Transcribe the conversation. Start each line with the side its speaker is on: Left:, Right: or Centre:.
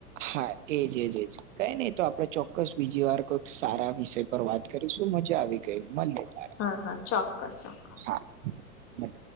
Right: હા એજજ એજ કઈ નહી તો આપડે ચોક્કસ બીજી વાર કોઈક સારા. વિષય પર વાત કરીશું મજા આવી ગઈ મળ તાર
Left: હા હા ચોક્કસ ચોક્કસ.
Right: હા. મળીએ.